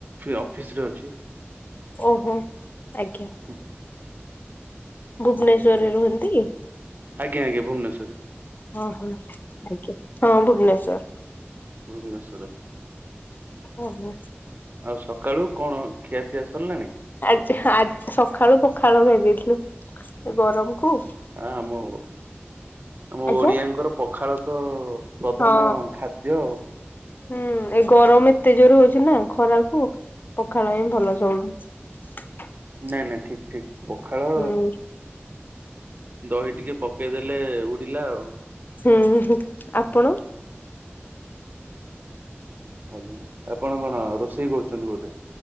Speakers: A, on the right (about 45°); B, on the left (about 45°).
A: ଅଫିସ ରେ ଅଛି।
B: ଓହୋ। ଆଜ୍ଞା
A: ହୁଁ,
B: ଭୁବନେଶ୍ଵରରେ ରୁହନ୍ତି?
A: ଆଜ୍ଞ। ଆଜ୍ଞ।, ଭୁବେଶ୍ୱରେ।
B: ହଁ ହଁ ଆଜ୍ଞା, ହଁ ଭୁବନେଶ୍ଵର।
A: ଭୁବନେଶ୍ୱର।
B: ଓ ହୋ
A: ଆଉ ସକାଳୁ କଣ ଖିଆପିଆ ସରିଲାଣି।
B: ଆଜି ସକାଳୁ ପଖାଳ ଖ ଦେଇେଇଥିଲୁ। ଗରମକୁୁ
A: ହଁ ଆମ ଆମ
B: ଆଜ୍ଞା
A: ଓଡିଆଙ୍କର ପଖାଳ ତ ପ୍ରଧାନ
B: ହଁ
A: ଖାଦ୍ୟ ଆଉ।
B: ହୁଁ ଏ ଗରମ ଏତେ ଜୋରେ ହଉଛି। ହଉଛି ନା ଖରାକୁ ପଖାଳ ହିଁ ଭଲ ସବୁଠୁ।
A: ନା ନା ଠିକ୍ ଠିକ୍। ପଖାଳ।
B: ହୁଁ
A: ଦହି ଟିକେ ପକେଇଦେଲେ ଉଡ଼ିଲା ଆଉ
B: ହୁଁ ହୁଁ ଆପଣ
A: ଆଜ୍ଞା ଆପଣ କଣ ରୋଷେଇ କରୁଛନ୍ତି ବୋଧେ।